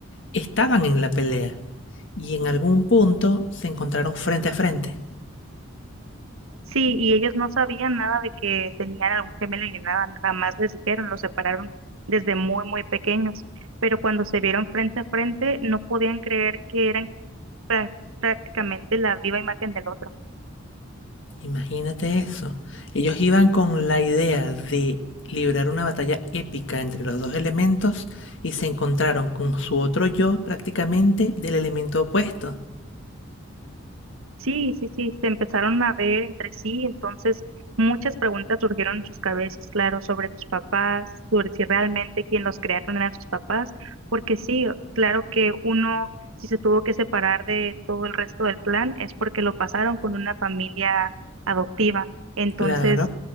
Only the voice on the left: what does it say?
estaban en la pelea. Y en algún punto se encontraron frente a frente.
Imagínate eso. Ellos iban con la idea de librar una batalla épica entre los dos elementos y se encontraron con su otro yo prácticamente del elemento opuesto.
Claro.